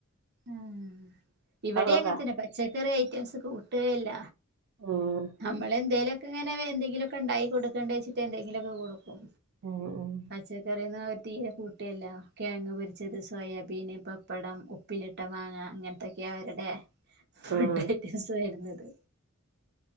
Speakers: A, on the right; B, on the right.
A: ആഹ് ഇവട്യങ്ങൻത്തന്നെ
B: അതോക്കാ
A: പച്ചക്കറി ഐറ്റംസ് കൂട്ടേല്ല
B: ഉം
A: നമ്മള് എന്തേലൊക്കെങ്ങനെ വെന്തെങ്കിലൊക്കെണ്ടായി കൊട്ക്കണ്ടേച്ചിട്ട് എന്തങ്കിലൊക്കെ കൊടുക്കും
B: ഉം ഉം
A: പച്ചക്കറീന്ന് അവര് തീരെ കു ട്ട്യേല്ല കെഴങ്ങ് പൊരിച്ചത് സോയാബീന് പപ്പടം ഉപ്പിലിട്ട മാങ്ങ ഇങ്ങൻത്തെക്കെ ട്ട്യേ അവര്ടെ ഫുഡ്
B: ഉം
A: ഐറ്റംസ് വര്ന്നത്